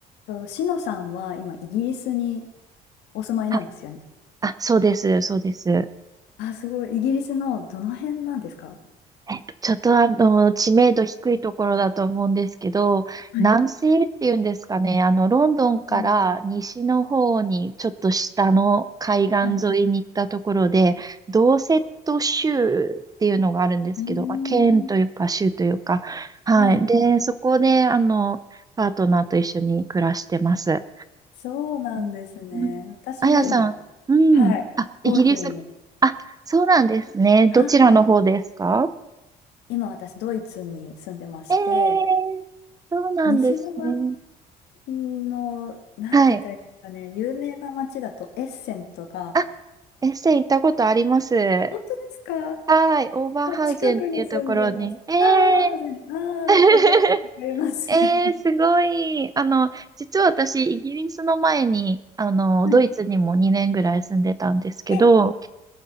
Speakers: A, on the left; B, on the right.
A: と、しのさんは今、イギリスにお住まいなんですよね。
B: はい。あ、そうです、そうです。
A: あ、すごい。イギリスのどの辺なんですか
B: えっと、ちょっとあの、知名度低いところだと思うんですけど、
A: はい。
B: 南西っていうんですかね、あの、ロンドンから西の方に、
A: あの
B: ちょっと下の海岸沿いに行ったところで、
A: はい、はい。
B: ドーセット州っていうのがあるんですけど、
A: えー、
B: まあ、県というか州というか、はい。
A: はい。
B: で、そこで、あの、パートナーと一緒に暮らしてます。
A: そうなんですね。
B: うんあやさん、
A: 私も今、
B: うん。
A: はい、
B: あ、イギリス
A: 欧州に、
B: あ、そうなんですね。どちらの方ですか
A: はい。今私、ドイツに住んでまして、
B: ええーそうなんですね。
A: 西側の、なんて言ったらいいですかね、
B: はい。
A: 有名な街だとエッセンとか、
B: あ、エッセ行ったことあります。
A: 本当ですかあ、
B: はい。オーバーハウゼンっていうところに。
A: 近くに住んでます。
B: ええ
A: あ、オーバーハゼン。ああ、
B: ー <laughs>
A: わかります、わかります。
B: ええーすごい。
A: <laughs> は
B: あの、実は私、イギリスの前に、あの、
A: い。
B: ドイツにも2年ぐらい住んでたんですけど、
A: え、